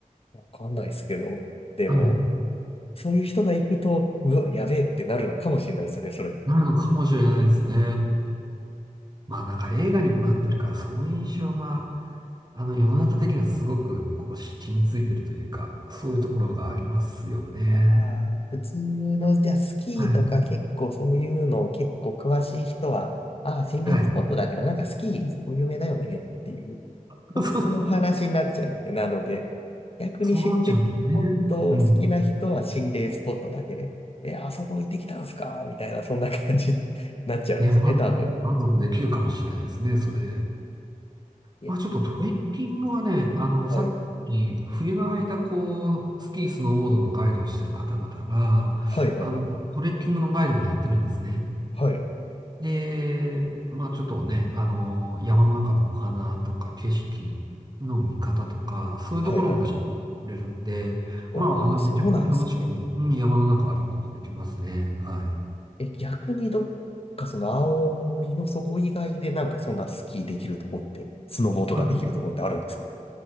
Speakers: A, on the left; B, on the right.
A: わかんないですけど、でも、
B: はい。
A: そういう人が行くと、うわ、やべえってなるのかもしれないですね、それ。
B: なるのかもしれないですね。まあなんか映画にもなってるから、その印象が、あの世の中的にはすごくこう染みついてるというか、そういうところがありますよね。
A: ああ、普通の、じゃあスキーとか結構そういうの結構詳しい人は、
B: はい。
A: ああ、心霊スポットだけど、
B: はい。
A: なんかスキー、そこ有名だよねっていう、
B: <laughs>
A: そっちの話になっちゃうんで、
B: そうそう
A: なので、逆に心霊スポットを好きな人は心霊スポットだけで、
B: そうなっちゃうんだね。うん。
A: え、あそこ行ってきたんすかみたいな、そんな感じになっちゃうんですよね、
B: ね、満満足できるかもしれないですね、
A: 多分。
B: それで。
A: いや、
B: まあちょっとトレッキングはね、あの、
A: はい。
B: さっき、冬の間、こう、スキー、スノーボードのガイドをしてる方々が、
A: はいはいはい。
B: あの、トレッキングのガイドもやってるんですね。
A: はい。
B: で、まあちょっとね、あのー山の中のお花とか景色の見方とか、そういうところも知ってくれるんで、
A: はいはいはい。わあ、
B: まああの、
A: そうなんですね。
B: めちゃめちゃ楽しく、うん、山の中歩くことできますね。はい。
A: え、逆にどっかその青森のそこ以外でなんかそんなスキーできるとこって、スノボーとかできるとこってあるんですか
B: あ、